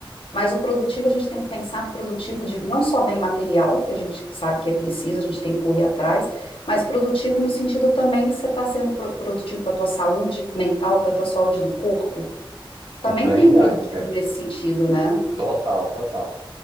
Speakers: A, on the left (about 75°); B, on the right (about 65°).
A: Mas o produtivo, a gente tem que pensar no produtivo de não só bem material, que a gente sabe que é preciso, a gente tem que correr atrás, mas produtivo no sentido também que você está sendo pro- produtivo para a tua saúde mental, para a tua saúde do corpo. Também
B: Verdade,
A: tem produtivo
B: cara.
A: nesse sentido, né?
B: Total, total.